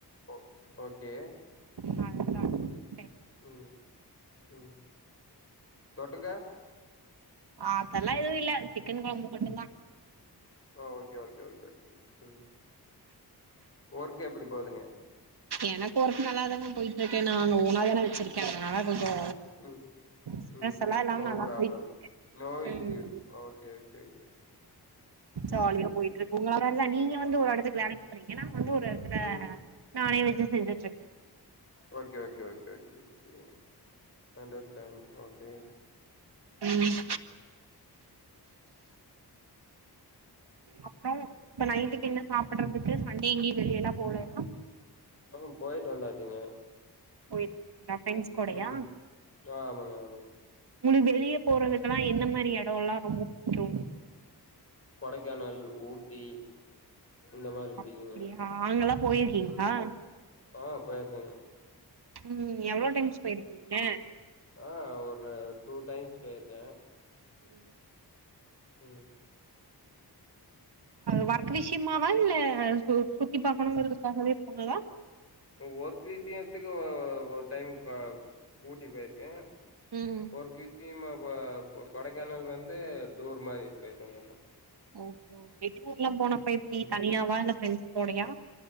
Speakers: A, on the left (about 35°); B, on the right (about 70°).
A: ஓக் ஓகே
B: அவ்ளோதா ஸ்பெஷல்
A: ம் ம் தொட்டுக்க
B: அதெல்லா எதுவு இல்ல சிக்கன் கொழம்பு மட்டுந்தா
A: ஓ ஓகே ஓகே ஒகே ஓகே ம் ஒர்க் எப்படி போதுங்க?
B: எனக்கு ஒர்க்கு நல்லா தாங்க பொயி ஓகே நா அங்க ஓனா தான வச்சிருக்கே
A: ம்,
B: அதுனால கொஞ்சோ
A: ம்.
B: ஸ்ட்ரெஸ்
A: ம்
B: எல்லா இல்லாம
A: நோ
B: நல்லா
A: பிராப்ளம்
B: போயிட்டு இருக்கு
A: நோ
B: ம்
A: இஷ்யூ ஓகே ஓகே ஓகே
B: ஜாலியா
A: ம்.
B: பொயிட்டு இருக்கு <unintelligible> நீங்க வந்து ஒரு எடத்துக்கு வேலைக்கு போறிங்கனா அங்க ஒரு எடத்துல
A: ம்.
B: நானே வெச்சி செஞ்சுட்ருக்கே
A: okay okay okay okay okay understand okay
B: ம் அப்றோ இப்ப நைட்டுக்கு என்ன சாப்பட்றதுக்கு சண்டே எங்கியு வெளிய எல்லா போலயா
A: ஆமா பொயிட்டு வந்தாச்சுங்க
B: போயிட்டு வந்தீங்களா ஃப்ரெண்ட்ஸ் கூடயா
A: ம் அ ஆமாங்க ஆமாங்க
B: உங்ளுக்கு வெளியே போறதுக்குல்லா என்ன மாரி எடோல்லா ரொம்ப புடிக்கு
A: கொடைக்கானல் ஊட்டி இந்த மாதிரி புடிக்குங்க
B: அப்டியா அங்கெல்லா போயிருக்கீங்களா
A: ம் ஆஹ போயிருக்கேங்க
B: ம் எவ்வளோ டைம்ஸ் பொயிருக்கீங்க
A: அ ஒரு டூ டைம்ஸ் பொயிருக்கே
B: ம்
A: ம்
B: ஒர்க் விஷயமாவா இல்ல சுத்தி பாக்கணுங்ரதுக்காககே போனதா
A: ஒர்க் விஷயத்துக்கு ஒ ஒரு டைம் ஊட்டி பெயிருக்கே
B: ம்
A: ஒர்க் விஷியம கொடைக்கானல் வந்து டூர் மாரி பொயிட்டு வந்ருக்கே
B: ஓகே ஓகே டூர்லா போனா பொய்ருக்கீங்க
A: ம்.
B: தனியாவா இல்ல ப்ரெண்ட்ஸ்கூடையா